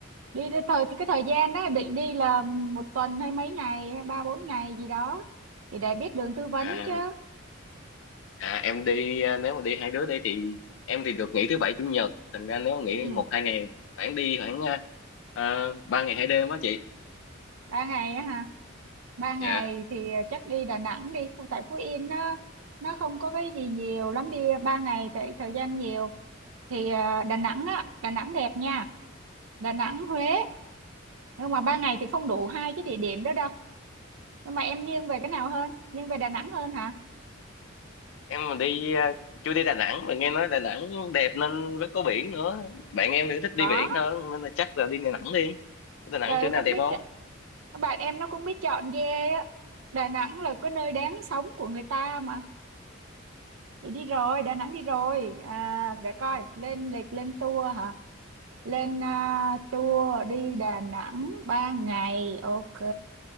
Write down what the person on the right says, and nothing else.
Đi được thời cái thời gian đó định đi là một tuần hay mấy ngày, ba bốn ngày gì đó thì để biết đường tư vấn
chứ
Ừ,
ba ngày á hả? Ba ngày
thì ờ, chắc đi Đà Nẵng đi, Không- tại Phú Yên nó nó không có cái gì nhiều lắm đi ba ngày tại thời gian nhiều thì à, Đà Nẵng á, Đà Nẵng đẹp nha, Đà Nẵng Huế nhưng mà ba ngày thì không đủ hai cái địa điểm đó đâu. Nhưng mà em nghiêng về cái nào hơn? Nghiêng về Đà Nẵng hơn hả?
Có,
trời
ơi
cũng
biết
chọn- các bạn em nó cũng biết chọn ghê á. Đà Nẵng là cái nơi đáng sống của người ta mà. Thì đi rồi, Đà Nẵng đi rồi. À, để coi,
lên lịch lên tour hả? lên à, tour đi Đà Nẵng ba ngày ok